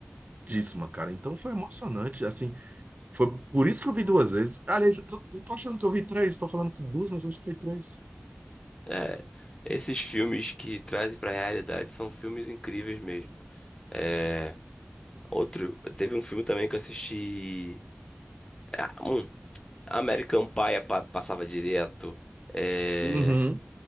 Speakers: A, on the right (about 35°); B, on the left (about 20°).
A: Tristíssima, cara. Então foi emocionante. Assim, foi por isso que eu vi duas vezes. Aliás, eu, eu tô achando que eu vi três, tô falando que duas, mas eu acho que foi três.
B: É, esses filmes que trazem pra realidade são filmes incríveis mesmo. É, outro, teve um filme também que eu assisti. Ah, Um, American Pie pa- passava direto. É,
A: Uhum.